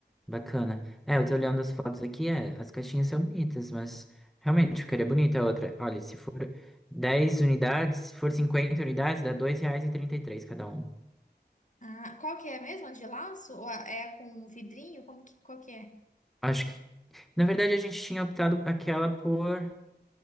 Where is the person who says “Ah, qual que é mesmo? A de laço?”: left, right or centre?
Left